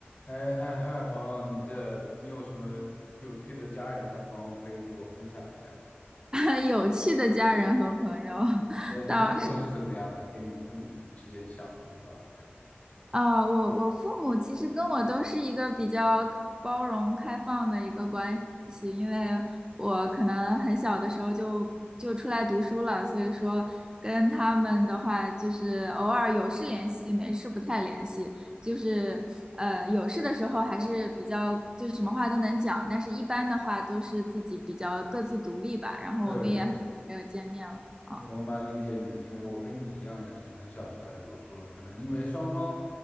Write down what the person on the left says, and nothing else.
哎哎，嗨，朋友，你这你有什么有趣的家人和朋友可以给我分享一下吗？
呃，你的父母是怎么样的？
你跟你们父母之间相处的话，
对。对，我蛮理解你的，因为我跟你一样，也是很小出来读书了。可能因为双方